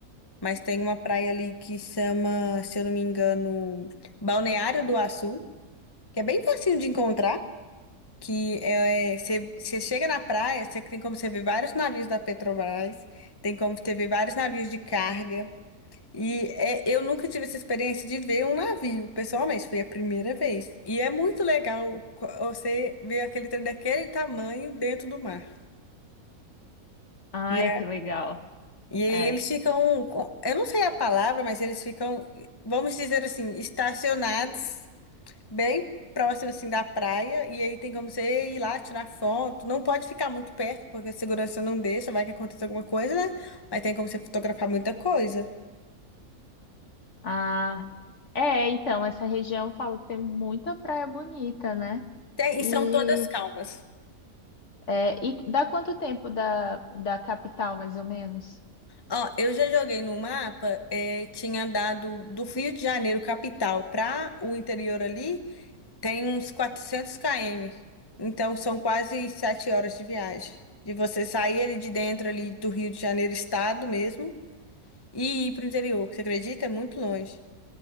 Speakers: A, on the left; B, on the left.
A: Mas tem uma praia ali que chama, se eu não me engano, Balneário do Açu, que é bem facinho de encontrar, que é, é, você você chega na praia, você tem como você ver vários navios da Petrobras, tem como você ver vários navios de carga. E é, eu nunca tive essa experiência de ver um navio, pessoalmente, foi a primeira vez. E é muito legal co- você ver aquele trem daquele tamanho dentro do mar.
B: Ai,
A: E, a-
B: que legal,
A: e aí
B: é.
A: eles ficam, com- eu não sei a palavra, mas eles ficam, vamos dizer assim, estacionados bem próximo assim da praia. E aí tem como você ir lá tirar foto. Não pode ficar muito perto, porque a segurança não deixa, vai que acontece alguma coisa, né? Mas tem como você fotografar muita coisa.
B: Ah, é, então, essa região eu falo que tem muita praia bonita, né?
A: Tem,
B: E
A: e são todas calmas.
B: É, e dá quanto tempo da, da capital, mais ou menos?
A: Ó, eu já joguei no mapa, eh, tinha dado do Rio de Janeiro, capital, para o interior ali, tem uns quatrocentos km. Então são quase 7 horas de viagem. De você sair ali de dentro ali do Rio de Janeiro, estado mesmo, e ir pro interior. Você acredita? É muito longe.